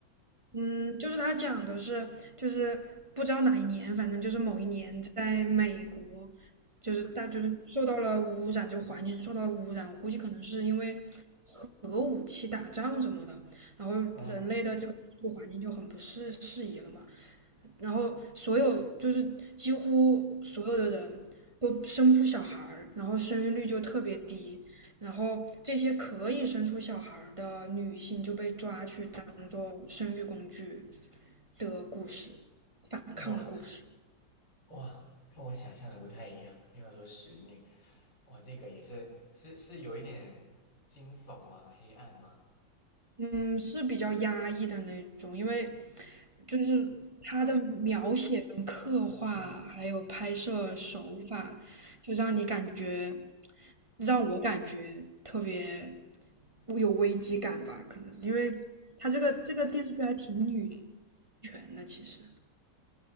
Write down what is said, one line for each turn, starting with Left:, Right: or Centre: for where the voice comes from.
Right: 嗯，就是他讲的是，就是不知道哪一年，反正就是某一年，在美国，就是大就是受到了污染，就环境受到了污染，我估计可能是因为核武器打仗什么的，然后人类的这个居住环境就很不适适宜了嘛。
Left: 嗯，
Right: 然后所有就是几乎所有的人都生不出小孩儿，然后生育率就特别低，然后这些可以生出小孩儿的女性就被抓去当做生育工具的故事，反抗的故事。
Left: 哇哇，跟我想象的不太一样。因为要说使女，哇，这个也是是是有一点惊悚吗？黑暗吗？
Right: 嗯，是比较压抑的那种，因为就是他的描写跟刻画，还有拍摄手法，就让你感觉，让我感觉特别有危机感吧，可能是因为他这个这个电视剧还挺女权的，其实